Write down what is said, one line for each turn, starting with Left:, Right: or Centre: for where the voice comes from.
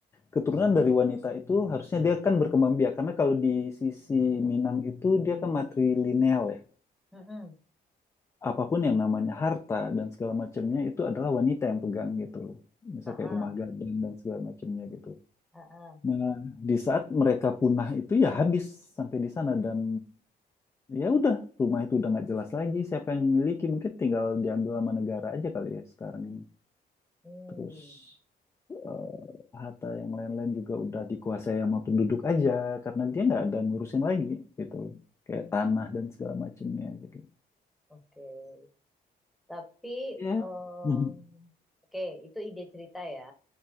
Left: keturunan dari wanita itu harusnya dia kan berkembang biak karena kalau di sisi Minang itu dia kan matrilineal ya.
Centre: Mm-mm.
Left: Apapun yang namanya harta dan segala macamnya itu adalah wanita yang pegang gitu loh. Misal
Centre: Heeh,
Left: kayak rumah gadang dan segala macamnya gitu.
Centre: heeh.
Left: Nah, di saat mereka punah itu ya habis sampai di sana dan ya udah rumah itu udah nggak jelas lagi siapa yang memiliki mungkin tinggal diambil sama negara aja kali ya sekarang ini
Centre: Hmm,
Left: terus eh, harta yang lain-lain juga udah dikuasai sama penduduk aja karena dia nggak ada ngurusin lagi gitu loh kayak tanah dan segala macamnya gitu
Centre: oke. Tapi,
Left: Ya.
Centre: em,
Left: Mhm.
Centre: oke, itu ide cerita ya.